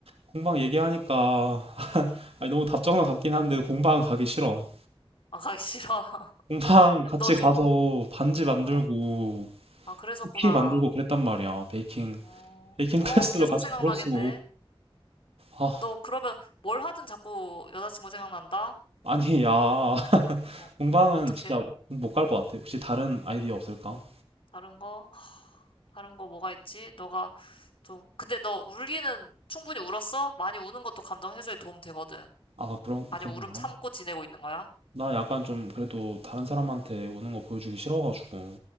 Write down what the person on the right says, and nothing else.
공방 얘기하니까
아니, 너무 답정너 같긴 한데 공방 가기 싫어.
공방 같이
가서 반지 만들고
쿠키 만들고 그랬단 말이야. 베이킹
베이킹
클래스도
같이
들었어. 아,
아니 야. <laughs>
공방은
진짜 못 갈 것 같아. 혹시 다른 아이디어 없을까?
아, 그런,
그런가?
나 약간 좀 그래도 다른 사람한테 우는 거 보여주기 싫어가지고.